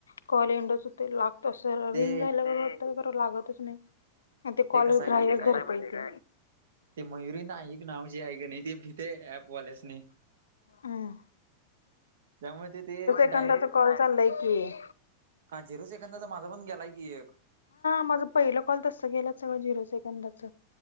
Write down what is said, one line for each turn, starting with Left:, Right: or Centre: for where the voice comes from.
Left: कॉले इंडच होतोय. तस रिंग
Right: ते
Left: झाल्यागत वाटतं खरं लागतच नाही. ते कॉल
Right: कसं आहे
Left: ग्राह्य
Right: माहितीय
Left: धरतय
Right: काय
Left: ते,
Right: ते मयुरी नाईक नाव जे आहे का नाही ते भीते ऍपवाल्यासनी
Left: हम्म.
Right: त्यामुळे त ते.
Left: दाचा
Right: डायरेक्ट
Left: कॉल चाललाय की.
Right: हा झिरो सेकंदाचा माझा पण गेलाय की एक
Left: माझ पहिला कॉल तस गेला, सगळ झिरो से एंडच.